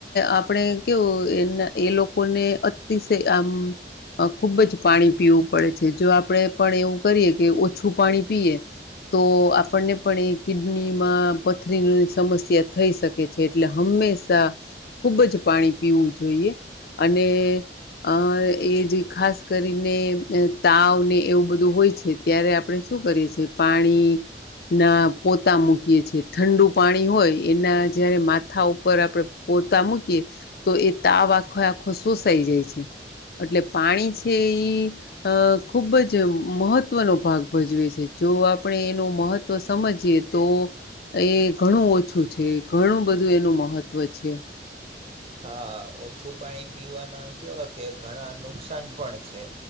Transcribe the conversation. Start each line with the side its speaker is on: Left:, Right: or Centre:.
Left: આપણેે કેવું એ એ લોકોને અતિશય આમ ખૂબ જ પાણી પીવું પડે છે જો આપડે પણ એવું કરીએ કે ઓછું પાણી પીએ તો આપણને પણ એ કિડનીમાં પથરીની સમસ્યા થઈ શક કે છે એટલે હંમેશા ખુબ જ પાણી પીવું જોઈએ અને અ એ જે ખાસ કરીને તાવને એવું બધું હોય છે. ત્યારે આપડે શું કરીએ છીએ? પાણી ના પોતા મૂકીએ છે ઠંડુ પાણી હોય એના જયારે માથા ઉપર આપડે પોતા મૂકીએ તો એ તાવ આખો આખો શોસાઈ જાય છે. એટલે પાણી છે ઈ અ ખુબ જ મહત્વનો ભાગ ભજવે છે. જો આપણે એનું મહત્ત્વ સમજીએ તો એ ઘણું ઓછું છે. ઘણું બધું એનું મહત્ત્વ છે.
Right: હા ઓછું પાણી પીવાના કેવા કે ઘણા નુકસાન પણ છે.